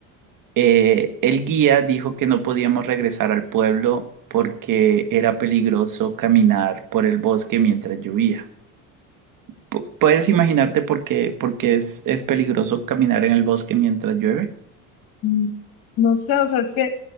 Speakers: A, on the right; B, on the left.
A: eh, el guía dijo que no podíamos regresar al pueblo porque era peligroso caminar por el bosque mientras llovía. Pu- ¿Puedes imaginarte por qué, por qué es, es peligroso caminar en el bosque mientras llueve?
B: Mm. No sé, o sea, es que